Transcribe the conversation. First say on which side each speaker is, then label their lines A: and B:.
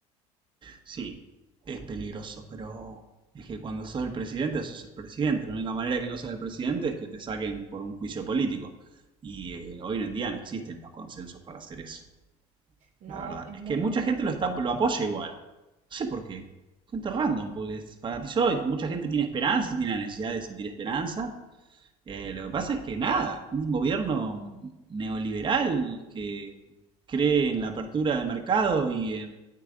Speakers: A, on the right; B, on the right.
A: Sí, es peligroso, pero es que cuando sos el presidente, sos el presidente. La única manera que no seas el presidente es que te saquen por un juicio político. Y eh, hoy en día no existen los consensos para hacer eso,
B: No,
A: la verdad.
B: es
A: Es
B: muy
A: que mucha
B: difícil.
A: gente lo, está, lo apoya igual. No sé por qué. Gente random, porque se fanatizó y mucha gente tiene esperanza y tiene la necesidad de sentir esperanza. Eh, lo que pasa es que nada, un gobierno neoliberal que cree en la apertura de mercado y en,